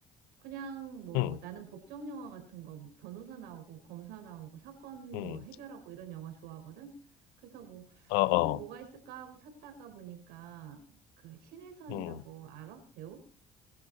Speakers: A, on the right; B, on the left.
A: 그냥 뭐
B: 응,
A: 나는 법정 영화 같은 거, 뭐 변호사 나오고, 검사 나오고, 사건
B: 응,
A: 뭐 해결하고 이런 영화 좋아하거든? 그래서 뭐
B: 어,
A: 그런 거 뭐가
B: 어,
A: 있을까 하고 찾다가 보니까 그 신혜선이라고
B: 응.
A: 알아? 배우?